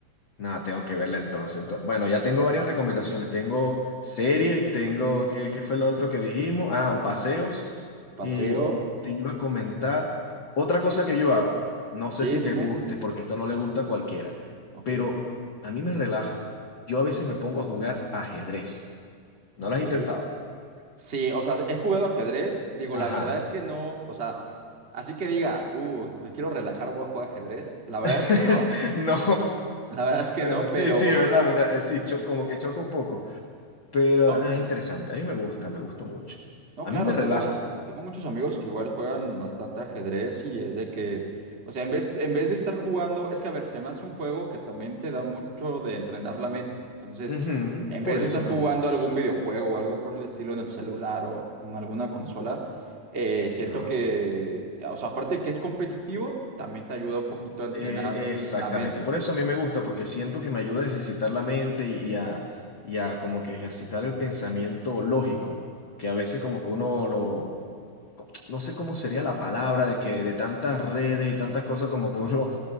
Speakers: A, on the left (about 80°); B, on the right (about 30°).
A: Nada, tengo que verla entonces. Ento- Bueno, ya tengo varias recomendaciones. Tengo series, tengo, ¿qué, qué fue lo otro que dijimos? Ah, o paseos.
B: Paseo.
A: Y te iba a comentar otra cosa que yo hago. No sé
B: Sí,
A: si
B: dime.
A: te guste, porque esto no le gusta a cualquiera,
B: Ok.
A: pero a mí me relaja. Yo a veces me pongo a jugar ajedrez. ¿No
B: Ok.
A: lo has intentado?
B: Sí, o sea, he jugado ajedrez. Digo,
A: Ajá.
B: la verdad es que no. O sea, así que diga, uy, me quiero relajar, voy a jugar ajedrez. La verdad
A: <laughs>
B: es que no.
A: No,
B: La verdad es que
A: pero
B: no,
A: sí,
B: pero.
A: sí, verdad, me- eh, sí, cho- como que choca un poco, pero
B: No.
A: no, es interesante, a mí me gusta, me gusta mucho,
B: No,
A: a
B: claro,
A: mí me relaja.
B: tengo, tengo muchos amigos que igual juegan bastante ajedrez y es de que, o sea, en vez, en vez de estar jugando, es que a ver, se me hace un juego que también te da mucho de entrenar la mente. Entonces,
A: Ujú,
B: en vez
A: por eso
B: de estar jugando
A: me gusta.
B: algún videojuego o algo por el estilo en el celular o en alguna consola, eh, siento
A: Ajá.
B: que, o sea, aparte de que es competitivo, también te ayuda un poquito a entrenar
A: Eh, exactamente,
B: la mente.
A: por eso a mí me gusta, porque siento que me ayuda a ejercitar la mente y y a, y a como que ejercitar el pensamiento lógico, que a veces como que uno lo, no sé cómo sería la palabra de que de tantas redes y tantas cosas como que uno